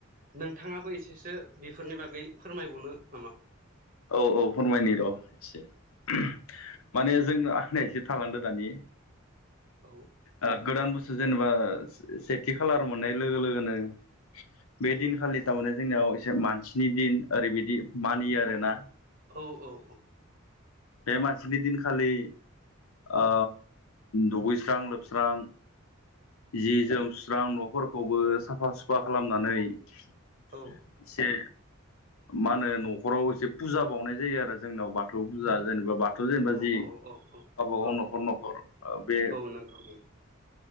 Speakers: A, on the right (about 40°); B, on the left (about 90°).
A: नोंथाङाबो एसेसो बेफोरनि बागै फोरमायबावनो नामा?
B: औ औ फोरमायनि र' एसे। <inaudible> माने जोंनो आंनि एसे थालांदो दानि
A: औ
B: ओ गोदान बुस्थु जेनेबा सेथि खालार मोननाय लोगो लोगोनो बे दिनखालि थारमाने जोंनियाव एसे मानसिनि दिन ओरैबायदि मानियो आरोना
A: औ औ औ
B: बे मानसिनि दिन खालि ओ दुगैस्रां लोबस्रां जि जोम सुस्रां न'फोरखौबो साफा सुफा खालामनानै एसे
A: औ
B: मा होनो न'खराव एसे फुजा बावनाय जायो आरो जोंनाव बाथौ फुजा जेनेबा बाथौ बाथौ जेनेबा जि
A: औ औ
B: गावबा गाव
A: औ
B: न'खर
A: औ
B: न'खर ओ बे
A: औ नंगौ औ